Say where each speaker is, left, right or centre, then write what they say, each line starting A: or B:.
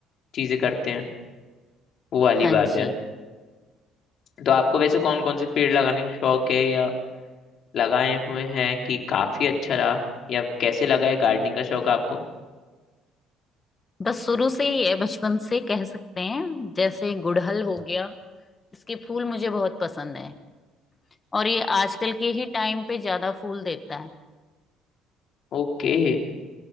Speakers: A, on the left; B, on the left.
A: चीजें करते हैं वो वाली
B: हाँ
A: बात
B: जी
A: है तो आपको वैसे कौन कौन से पेड़ लगाने का शौक है या लगाए हुए हैं कि काफी अच्छा रहा या कैसे लगा ये गार्डनिंग का शौक है आपको
B: बस शुरू से ही है बचपन से कह सकते हैं जैसे गुड़हल हो गया इसके फूल मुझे बहुत पसंद है और ये आजकल के ही टाइम पे ज्यादा फूल देता है
A: ओके